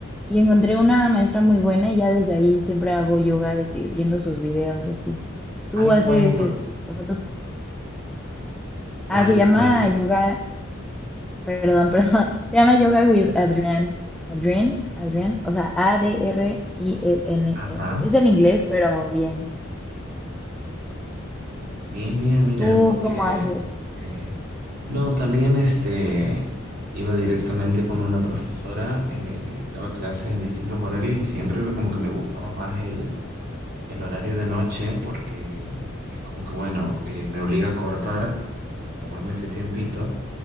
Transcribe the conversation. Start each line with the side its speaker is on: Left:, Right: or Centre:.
Centre: Y encontré una maestra muy buena y ya desde ahí siempre hago yoga de que viendo sus videos y así. Tú
Right: Ay,
Centre: haces,
Right: ¿cuál? Porque,
Centre: o sea, tú,
Right: ¿cuál,
Centre: ah, se llama
Right: cuál profesor?
Centre: yoga, perdón, <laughs> perdón, se llama Yoga with Adrián Adrián Adrián o sea, A-D-R-I-E-N-E.
Right: Ajá,
Centre: Es en inglés, pero bien.
Right: bien, bien, mira,
Centre: ¿Tú
Right: porque
Centre: Mm. cómo haces?
Right: eh, no, también este iba directamente con una profesora eh, que dictaba clases en distintos horarios y siempre era como que me gustaba más el, el horario de noche porque es como que bueno, eh, me obliga a cortar, a tomarme ese tiempito,